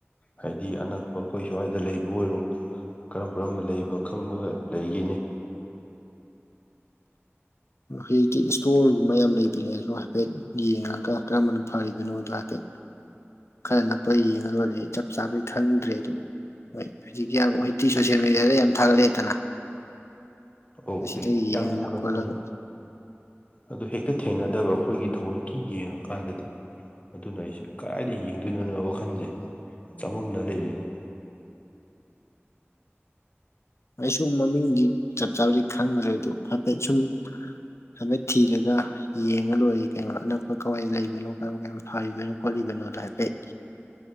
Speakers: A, on the left (about 30°); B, on the left (about 80°).
A: ꯍꯥꯏꯗꯤ ꯑꯅꯛꯄ ꯑꯩꯈꯣꯏ ꯁ꯭ꯋꯥꯏꯗ ꯂꯩꯕ ꯑꯣꯏꯔꯣ ꯀꯔꯝ ꯀꯔꯝꯕ ꯂꯩꯕ ꯈꯪꯕꯒ ꯂꯩꯒꯦꯅꯦ꯫
B: ꯍꯧꯖꯤꯛꯇꯤ ꯏꯁꯇꯣꯔꯒꯨꯝꯕ ꯌꯥꯝ ꯂꯩꯕ꯭ꯔꯤꯅꯦ ꯑꯁꯨ ꯍꯥꯏꯐꯦꯠ ꯌꯦꯡꯉꯒ ꯀꯔꯝꯕꯅ ꯐꯔꯤꯕꯅꯣꯗꯣ ꯍꯥꯏꯐꯦꯠ ꯈꯔ ꯅꯛꯄ ꯌꯦꯡꯉ ꯂꯣꯏꯔꯦ ꯑꯩ ꯆꯞ ꯆꯥꯕꯩ ꯈꯪꯗ꯭ꯔꯦ ꯑꯗꯨ꯫ ꯍꯣꯏ ꯍꯧꯖꯤꯛ ꯌꯥꯝ ꯍꯧꯖꯤꯛꯇꯤ ꯁꯣꯁꯦꯜ ꯃꯦꯗꯤꯌꯥꯗ ꯌꯥꯝ ꯊꯥꯒꯠꯂꯛꯦꯗꯅ꯫
A: ꯑꯧ
B: ꯑꯁꯤꯗ
A: ꯍꯦꯛ
B: ꯌꯦꯡꯉ
A: ꯌꯥꯝꯗꯤ ꯊꯥꯒꯠꯄꯅꯦ
B: ꯈꯣꯠꯂꯒ
A: ꯑꯗꯨ ꯍꯦꯛꯇ ꯊꯦꯡꯅꯗꯕ ꯑꯩꯈꯣꯏꯒꯤ ꯊꯑꯣꯟꯒꯤ ꯌꯦꯡꯉꯀꯥꯟꯗꯗꯤ꯫ ꯑꯗꯨꯅ ꯑꯩꯁꯨ ꯀꯗꯥꯏꯗ ꯌꯦꯡꯗꯣꯏꯅꯣꯅꯣ ꯋꯥꯈꯜꯁꯦ ꯆꯃꯝꯅ ꯂꯩꯔꯤꯅꯤ꯫
B: ꯑꯩꯁꯨ ꯃꯃꯤꯡꯗꯤ ꯆꯞ ꯆꯥꯕꯗꯤ ꯈꯪꯗ꯭ꯔꯦꯗꫭ ꯍꯥꯏꯐꯦꯠ ꯁꯨꯝ ꯍꯥꯏꯐꯦꯠ ꯊꯤꯔꯒ ꯌꯦꯡꯉ ꯂꯣꯏꯔꯦ ꯀꯩꯅꯣ ꯑꯅꯛꯄ ꯀꯋꯥꯏꯗ ꯂꯩꯕꯅꯣ ꯀꯔ ꯀꯩꯝ ꯐꯥꯔꯤꯕꯅꯣ ꯈꯣꯠꯂꯤꯕꯅꯣꯗꯣ ꯍꯥꯏꯐꯦꯠ꯫